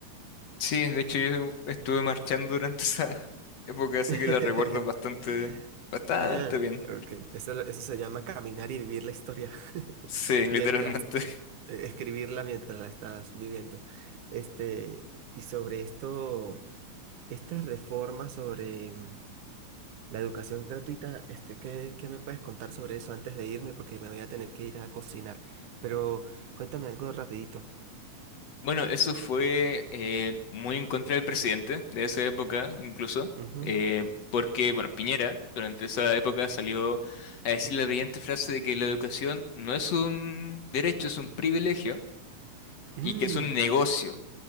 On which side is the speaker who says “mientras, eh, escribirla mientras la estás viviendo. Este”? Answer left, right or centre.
Right